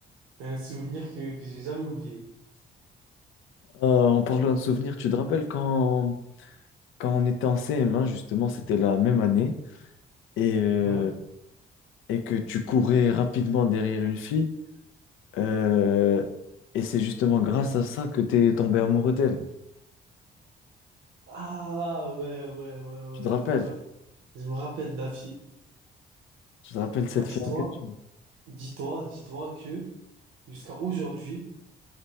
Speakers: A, on the right; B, on the left.
A: c'est un souvenir que, que j'ai jamais oublié.
B: Euh, en parlant de souvenirs, tu te rappelles quand quand on était en CM1, justement, c'était la même année, et, euh,
A: Ouais.
B: et que tu courais rapidement derrière une fille, euh, et c'est justement grâce à ça que tu es tombé amoureux d'elle.
A: Ah, ouais, ouais, ouais, ouais,
B: Tu te rappelles?
A: ouais, ouais. Je me rappelle de la fille.
B: Tu te rappelles cette
A: Bah, dis-toi,
B: fille en question?
A: dis-toi, dis-toi que jusqu'à aujourd'hui,